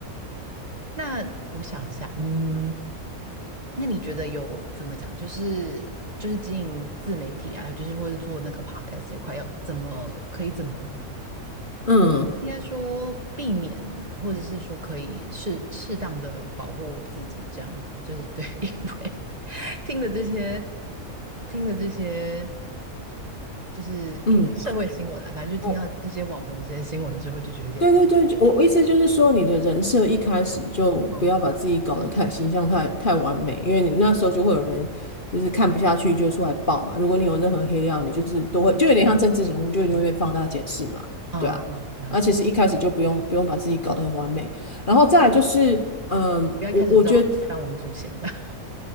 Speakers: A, on the right; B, on the left.
A: 那我想一下，嗯，那你觉得有怎么讲？就是就是经营自媒体啊，就是或是做那个 podcast 这块，要怎么可以怎么，
B: 嗯
A: 应该说避免，或者是说可以适适当的保护自己，这样子就是对，<laughs> 因为听的这些听的这些，就是也不是社会新闻啦，
B: 嗯，
A: 反正就听到这些网红这些新闻之后，
B: 我
A: 就觉得有点担心。
B: 对对对，我我意思就是说，你的人设一开始就不要把自己搞得太形象太太完美，
A: 嗯
B: 因为你那时候就会有人就是看不下去，就会出来爆嘛。如果你有任何黑料，你就是都会就有点像政治人物，就一定会被放大检视嘛。
A: 嗯嗯嗯，
B: 对啊，
A: 了解。
B: 那其实一开始就不用不用把自己搞得很完美，然后再来就是，
A: 啊，
B: 嗯，
A: 不要一开始当当王祖贤这样。
B: 我我觉得
A: <laughs>